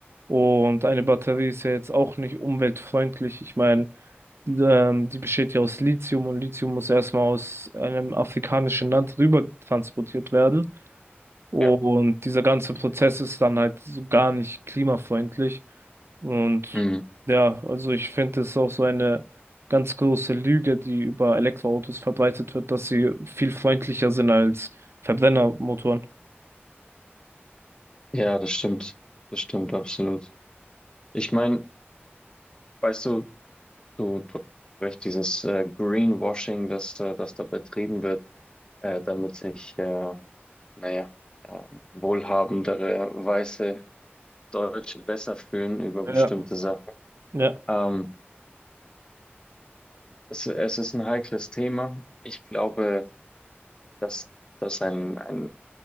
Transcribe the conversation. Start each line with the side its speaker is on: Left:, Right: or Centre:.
Right: Und eine Batterie ist ja jetzt auch nicht umweltfreundlich. Ich meine, die, ähm, die besteht ja aus Lithium und Lithium muss erstmal aus einem afrikanischen Land rüber transportiert werden. Und
Left: ja.
Right: dieser ganze Prozess ist dann halt so gar nicht klimafreundlich. Und
Left: Mhm.
Right: ja, also ich finde es auch so eine ganz große Lüge, die über Elektroautos verbreitet wird, dass sie viel freundlicher sind als Verbrennermotoren.
Left: Ja, das stimmt. Das stimmt absolut. Ich meine, weißt du, du, du hast recht, dieses äh, Greenwashing, das, äh, das da betrieben wird, äh, damit sich, äh, naja, äh, wohlhabendere weiße Deutsche besser fühlen über bestimmte
Right: Ja,
Left: Sachen.
Right: ja,
Left: Ähm, es, es ist ein heikles Thema. Ich glaube, dass, dass ein, ein